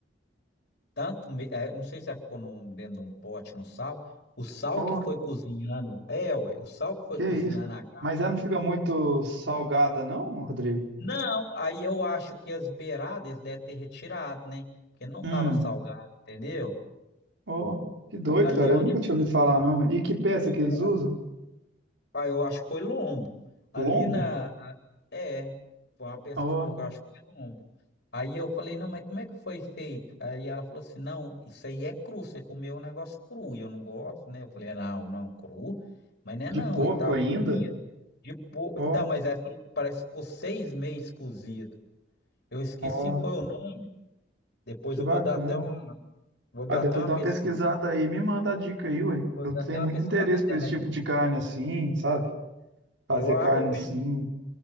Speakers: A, on the left (about 60°); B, on the right (about 80°).
A: tanto, me- é, não sei se ela ficou num- dentro de um pote no sal. O sal
B: Oh,
A: que foi cozinhando, é, ué, o sal que foi
B: que
A: cozinhando
B: isso, cara.
A: a, carne.
B: Mas ela não fica muito salgada, não, Rodrigo?
A: Não, aí eu acho que as beiradas devem ter retirado, né? Porque não
B: Hum.
A: estava salgado, entendeu?
B: Ó, que doido,
A: Ali
B: cara.
A: onde
B: Eu nunca tinha ouvido falar, não. E que peça
A: foi,
B: que eles
A: é,
B: usam?
A: ah, eu acho que foi lombo. Ali
B: Lombo?
A: na, a- é, foi uma peça
B: Ó,
A: de porco, eu acho que foi lombo. Aí eu falei, não, mas como é que foi feito? Aí ela falou assim, não, isso aí é cru, você comeu um negócio cru, e eu não gosto, né? Eu falei, não, não, cru, mas não é
B: de
A: não,
B: porco
A: aí tava
B: ainda?
A: cozido. De po-
B: Ó,
A: Então, mas aí falou, parece que ficou seis meses cozido. Eu esqueci
B: ó,
A: foi o nome, depois
B: que
A: eu
B: bacana.
A: vou dar até Vou dar
B: Ah, depois
A: até uma
B: dá
A: pesquisa,
B: uma pesquisada aí, me manda a dica aí, ué.
A: vou
B: Eu
A: dar
B: tenho
A: até uma
B: muito
A: pesquisada
B: interesse
A: na internet.
B: por esse tipo
A: Eu, pe-
B: de carne assim, sabe? Fazer
A: eu, a-
B: carne
A: eu, pen-
B: assim.